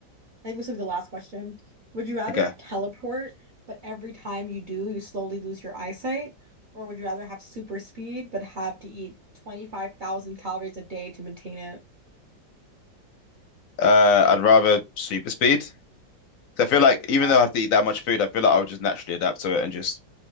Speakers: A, on the right; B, on the left.
A: think this will be the last question. Would you rather
B: Okay.
A: teleport, but every time you do, you slowly lose your eyesight? Or would you rather have super speed, but have to eat 25,000 calories a day to maintain it?
B: Uh, I'd rather super speed. 'Cause I feel like
A: Yeah,
B: even though I have to eat that much food, I feel like I would just naturally adapt to it and just